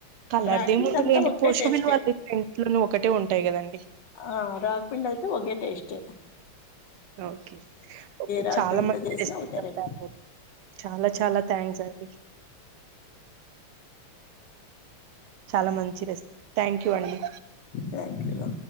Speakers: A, on the right (about 80°); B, on the left (about 60°).
A: కళ్ళర్దేముంది
B: రాగిపిండి అంతా
A: లేంటి
B: ఒకటే
A: పోషక
B: టేస్టే
A: విలువల్ దంట్లోను ఒకటే ఉంటాయి కదండి
B: ఆ రఘపిిండి అయితే ఒకే టేస్ట్
A: ఓకే ే
B: రాగిపిండితో
A: చాలా మంచి
B: చేసినా
A: రేసీపీ
B: ఒకటే
A: చెప్పారు చాలా చాలా థ్యాంక్స్ అండి చాలా మంచి రేసిపి థ్యాంక్ యూ అండి
B: థ్యాంక్ యూ